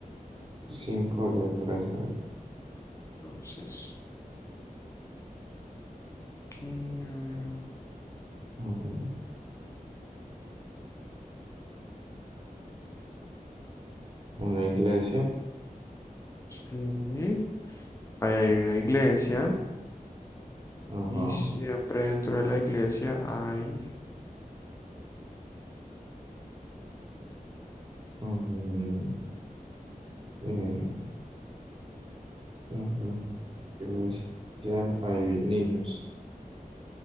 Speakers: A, on the right; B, on the left.
A: Cinco letras. a ver.
B: Entonces, aquí hay
A: Mm, Una iglesia.
B: una... sí, Ahí hay una iglesia
A: Ajá.
B: y siempre dentro de la iglesia hay,
A: Mm, eh, en la iglesia hay niños.